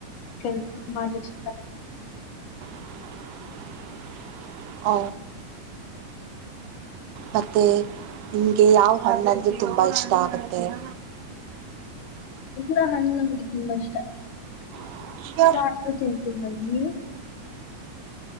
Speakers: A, on the left; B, on the right.
A: ಕೆಲ್ಸ ಮಾಡ್ಲಿಕ್ಕೆ <unintelligible>
B: <unintelligible> ಮತ್ತೆ ನಿಮ್ಗೆ ಯಾವ ಹಣ್ಣಂದ್ರೆ ತುಂಬಾ ಇಷ್ಟ ಆಗುತ್ತೆ <inaudible>
A: ಹ ಹಣ್ಣಂಗ ತುಂಬ ಇಷ್ಟ
B: <unintelligible>
A: ಹಣ್ಣು ತಿಂತೀನಿ ನಾನು ನೀವು